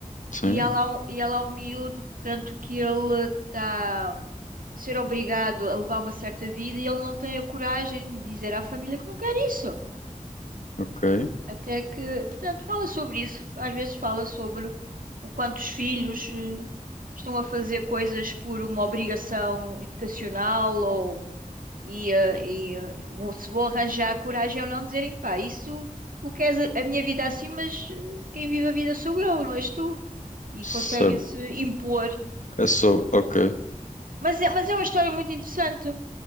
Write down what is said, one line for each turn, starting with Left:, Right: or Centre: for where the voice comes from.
Left: sim,
Right: E ela, é um- e ela é um miúdo, portanto, que ele está a ser obrigado a levar uma certa vida e ele não tem a coragem de dizer à família que não quer isso.
Left: ok.
Right: Até que, portanto, fala sobre isso. Às vezes fala sobre o quanto os filhos eh, estão a fazer coisas por uma obrigação educacional ou e, eh, e, eh, vou- se vou arranjar coragem ou não dizerem, pá, isso tu queres a a minha vida assim, mas eh, quem vive a vida sou eu, não és tu e
Left: Certo.
Right: conseguem-se impor.
Left: É só, ok.
Right: Mas é, mas é uma história muito interessante. O